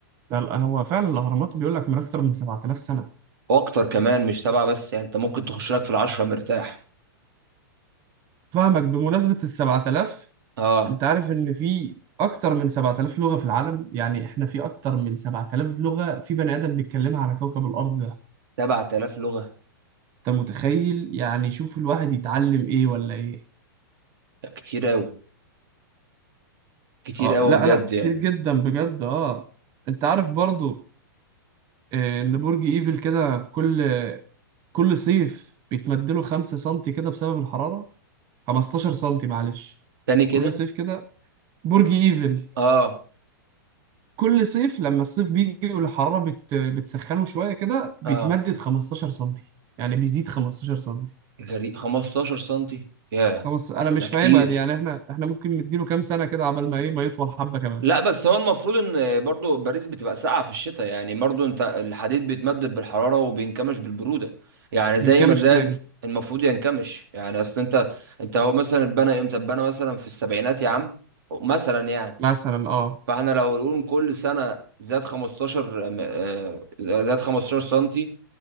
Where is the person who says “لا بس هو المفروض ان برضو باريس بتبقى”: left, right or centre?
Right